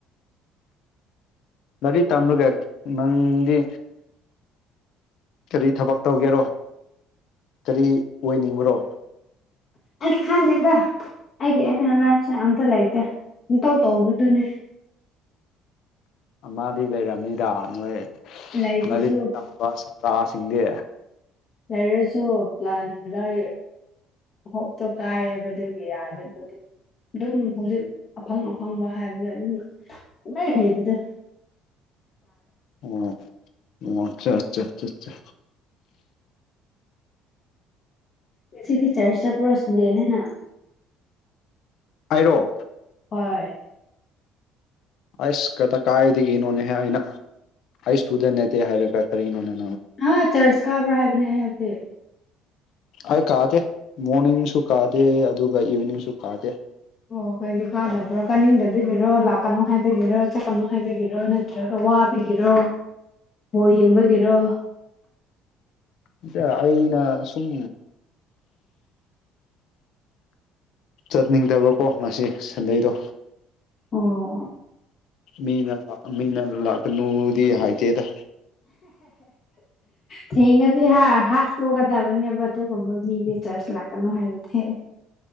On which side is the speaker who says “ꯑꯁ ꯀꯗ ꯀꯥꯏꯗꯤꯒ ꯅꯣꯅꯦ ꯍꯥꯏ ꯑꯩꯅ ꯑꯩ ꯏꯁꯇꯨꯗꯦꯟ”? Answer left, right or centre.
Left